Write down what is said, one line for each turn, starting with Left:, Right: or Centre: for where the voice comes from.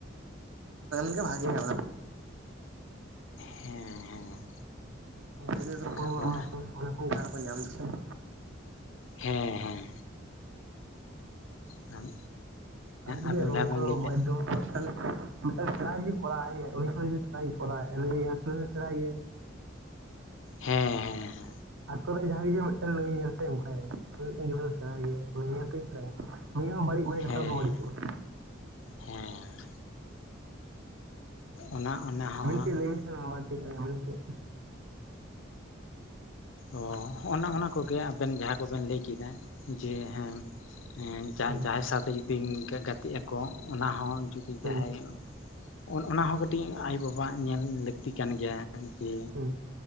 Right: ᱫᱚ <unintelligible> ᱵᱷᱟᱜᱤᱭᱟ᱾
Left: ᱦᱮᱸ ᱦᱮᱸ
Right: ᱜᱤᱫᱟ. ᱨ ᱫᱚ ᱯᱷᱳᱱ
Left: ᱛᱟᱯᱚᱨ
Right: ᱵᱚ ᱮᱢᱟ ᱟᱠᱚᱣᱟ ᱾ ᱚᱱᱟ ᱠᱷᱚᱱ ᱜᱮ ᱟᱨᱦᱚ ᱠᱚ ᱧᱟᱢ ᱫᱟ ᱾
Left: ᱦᱮᱸ ᱦᱮᱸ ᱦᱮᱸ
Right: ᱟᱫᱚ
Left: ᱟᱵᱮᱱ
Right: ᱪᱤᱠᱟᱹᱭᱟᱠᱚ
Left: ᱡᱟᱦᱟᱸ ᱵᱮᱱ ᱞᱟᱹᱭ ᱠᱮᱫ
Right: ᱵᱟᱡᱫᱷᱚ <unintelligible> ᱢᱤᱫᱴᱟᱱ ᱥᱮᱲᱟᱭᱤᱡ ᱠᱚᱲᱟ ᱩᱱᱤ ᱥᱩᱨ ᱨᱮ ᱡᱩᱫᱤ ᱛᱟᱦᱮᱸ ᱠᱚᱜᱼᱟ ᱛᱟᱦᱚᱞᱮ ᱥᱮᱲᱟᱭ ᱜᱮᱭᱟ ᱾
Left: ᱦᱮᱸ ᱦᱮᱸ
Right: ᱟᱠᱚ ᱨᱮᱱ ᱡᱟᱦᱟᱸᱭ ᱜᱮ ᱢᱤᱫᱴᱮᱱ ᱱᱩᱭ ᱧᱮᱞᱛᱮ ᱚᱱᱠᱟᱭ ᱚᱱᱠᱚᱭᱟ ᱢᱤᱫᱴᱮᱱ ᱜᱤᱫᱽᱨᱟᱹ ᱥᱮᱬᱟᱭ ᱜᱮᱭᱟᱭ ᱩᱱᱤᱩᱭ ᱧᱮᱞᱛᱮᱜᱮ ᱥᱮᱟᱭᱟ ᱾ ᱢᱤᱫ ᱦᱚᱸ ᱵᱟᱹᱲᱤᱡ ᱢᱟᱱᱮ ᱡᱚᱛᱚ
Left: ᱦᱮᱸ
Right: ᱦᱚᱲ ᱠᱚ ᱵᱟᱹᱲᱤᱡ ᱠᱚᱼᱟ ᱾
Left: ᱦᱮᱸ ᱚᱱᱟ ᱚᱱᱟ ᱦᱚᱸ
Right: ᱟᱵᱤᱱ ᱠᱟᱹᱡ ᱞᱮᱭᱵᱤᱱ ᱥᱮ ᱱᱚᱣᱟᱛᱮ ᱟᱵᱤᱱ ᱠᱟᱹᱡ ᱾
Left: ᱚ ᱦᱚᱜ ᱱᱚ ᱚᱱᱟ ᱠᱚᱜᱮ ᱟᱵᱮᱱ ᱡᱟᱦᱟᱸ ᱠᱚᱵᱮᱱ ᱞᱟᱹᱭ ᱠᱮᱫᱟ ᱡᱮ ᱦᱮᱸ ᱡᱟ
Right: ᱦᱩᱸ
Left: ᱡᱟᱦᱟᱸᱭ ᱥᱟᱶᱛᱮ ᱡᱩᱫᱤ ᱜᱟᱛᱮ ᱟᱠᱚ ᱚᱱᱟ ᱦᱚᱸ ᱡᱩᱫᱤ
Right: ᱦᱩᱸ
Left: ᱡᱟᱦᱟᱸᱭ, ᱚᱱᱟ ᱦᱚᱸ ᱠᱟᱹᱴᱤᱡ ᱟᱭᱳᱼᱵᱟᱵᱟᱣᱟᱜ ᱧᱮᱞ ᱞᱟᱹᱠᱛᱤ ᱠᱟᱱ ᱜᱮᱭᱟ ᱾ ᱡᱮ
Right: ᱦᱩᱸ